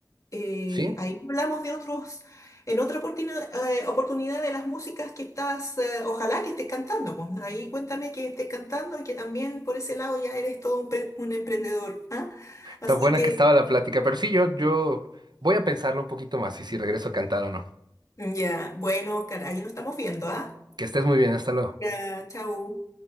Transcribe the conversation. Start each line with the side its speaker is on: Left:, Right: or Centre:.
Left: eh,
Right: Sí,
Left: ahí hablamos de otros, en otra oportuna- eh, oportunidad de las músicas que estás, eh, ojalá que estés cantando. pues. Ahí cuéntame que estés cantando y que también por ese lado ya eres todo un, pre- un emprendedor, ¿ah? Así
Right: tan buena
Left: que
Right: que estaba la plática, pero sí, yo, yo voy a pensarlo un poquito más y si regreso a cantar o no.
Left: ya, bueno, Oscar, ahí nos estamos viendo, ¿ah?
Right: Que estés muy bien, hasta luego.
Left: Ya, chau.